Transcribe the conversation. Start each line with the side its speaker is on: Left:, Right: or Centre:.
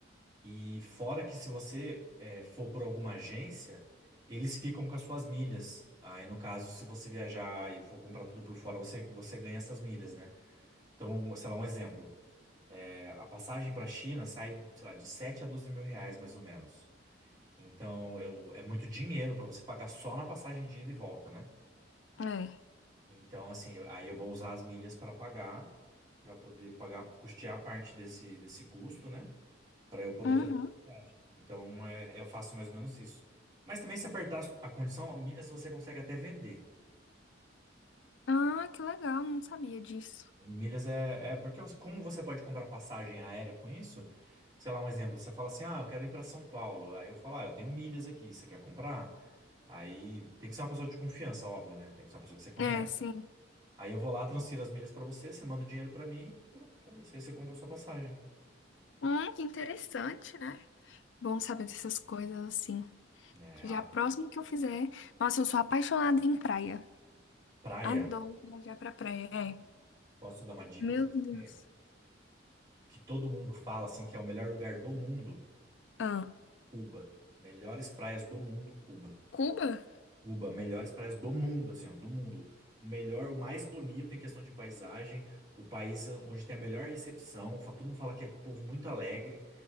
Right: E fora que se você eh, for por alguma agência, eles ficam com as suas milhas. Aí, no caso, se você viajar e for comprar tudo por fora, você, você ganha essas milhas, né? Então, sei lá, um exemplo. Eh, a passagem para a China sai, sei lá, de 7 a 12 mil reais, mais ou menos. Então, eu, é muito dinheiro para você pagar só na passagem de ida e volta, né?
Left: É.
Right: Então, assim, eu- aí eu vou usar as milhas para pagar, para poder pagar, custear parte desse, desse custo, né? para eu poder
Left: Uhum.
Right: fazer a viagem. Então, é, eu faço mais ou menos isso. Mas também, se apertar a condição, milhas você consegue até vender.
Left: Ah, que legal, não sabia disso.
Right: Milhas é, é porque você- como você pode comprar passagem aérea com isso? Sei lá, um exemplo, você fala assim: "Ah, eu quero ir para São Paulo". Aí eu falo: "Ah, eu tenho milhas aqui, você quer comprar?". Aí tem que ser uma pessoa de confiança, óbvio, né? Tem que ser uma pessoa que você conhece.
Left: É, sim.
Right: Aí eu vou lá, transfiro as milhas para você, você manda o dinheiro para mim, pronto, é isso. Aí você compra a sua passagem.
Left: Hum, que interessante, né? Bom saber dessas coisas assim.
Right: É,
Left: Que já
Right: ah,
Left: próximo que eu fizer. Nossa, eu sou apaixonada em praia.
Right: praia,
Left: Adoro viajar pra praia. É.
Right: posso dar uma dica
Left: Meu
Right: para você?
Left: Deus.
Right: Que todo mundo fala assim que é o melhor lugar do mundo.
Left: Ah,
Right: Cuba. Melhores praias do mundo, Cuba.
Left: Cuba?
Right: Cuba, melhores praias do mundo, assim, ó, do mundo. O melhor, o mais bonito em questão de paisagem, o país onde tem a melhor recepção, fa- todo mundo fala que é povo muito alegre.